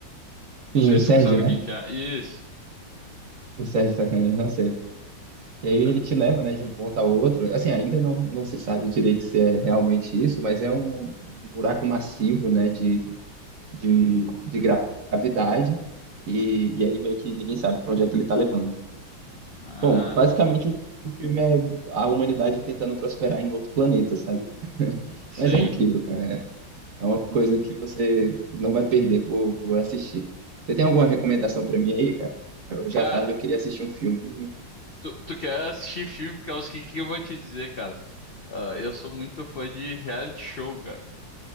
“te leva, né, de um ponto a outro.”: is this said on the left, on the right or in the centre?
Right